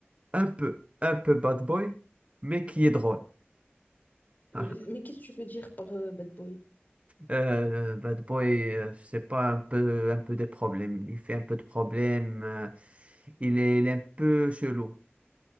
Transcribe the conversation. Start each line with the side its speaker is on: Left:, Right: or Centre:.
Right: un peu, un peu bad boy, mais qui est drôle? Ah,
Left: Mais, mais qu'est-ce que tu veux dire par euh, bad boy?
Right: euh, bad boy, euh, je pas, un peu, un peu des problèmes. Il fait un peu de problèmes. euh, il est, il est un peu chelou.